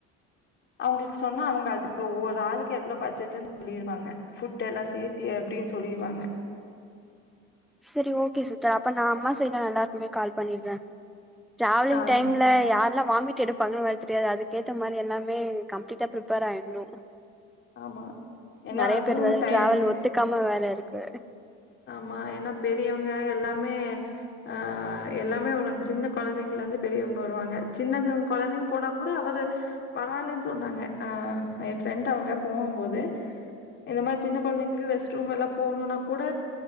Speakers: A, on the left; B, in the centre.
A: அவங்களுக்கு சொன்னா அவங்க அதுக்கு ஒரு ஆளுக்கு எவ்வளோ பட்ஜெட்ன்னு சொல்லிருவாங்க. ஃபுட் எல்லா சேத்தியே அப்டின் சொல்லிருவாங்க
B: சரி ஓகே சிஸ்டர் அப்ப நான் அம்மா சைடுல எல்லாருக்குமே கால் பண்ணிடுறேன் டிராவலி்ங்
A: ஆ
B: டைம்ல யாரெல்லாம் வாமிட் எடு பங்க வர தெரியாது. அதுக்கேத்த மாதிரி எல்லாமே கம்ப்ளீட்டா ப்ரிப்பேர் ஆயிடணும்.
A: ஆமா ஏன்னா
B: நேறைய
A: அதுவும்
B: பேரு வேற
A: டயர்டு
B: டிராவல்
A: தான்
B: ஒத்துக்காம வேற இருக்கு.
A: ஆமா ஏனா பெரியவங்க எல்லாமே அ எல்லாமே வருவாங்க சின்ன குழந்தைங்கைல இருந்து பெரியவங்க வருவாங்க சின்ன குழந்தைங்க போனா கூட அவரு பரவாயில்லன்னு சொன்னாங்க அ என் ஃப்ரெண்ட் அவங்க போகும்போது இந்த மாதிரி சின்ன குழந்தைங்களுக்கு ரெஸ்ட் ரூம் எல்லாம் போணும்னா கூட